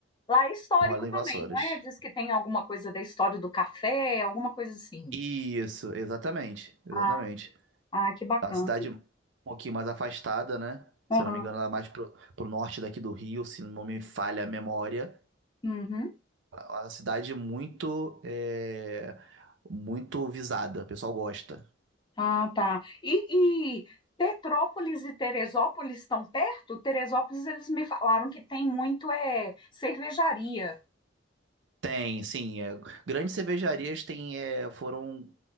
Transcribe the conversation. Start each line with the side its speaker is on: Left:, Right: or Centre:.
Left: lá é histórico
Right: Rola
Left: também,
Right: em Vassouras.
Left: não é? Diz que tem alguma coisa da história do café, alguma coisa assim.
Right: Isso, exatamente. Exatamente.
Left: Ah, ah, que bacana.
Right: É uma cidade um pouquinho mais afastada, né? Se
Left: Aham.
Right: eu não me engano, ela é mais pro, pro norte daqui do Rio, se não me falha a memória.
Left: Uhum.
Right: É uma cidade é muito, é, muito visada. O pessoal gosta.
Left: Ah, tá. E, e Petrópolis e Teresópolis estão perto? Teresópolis, eles me falaram que tem muito é cervejaria.
Right: Tem, sim. é, grandes cervejarias têm, é, foram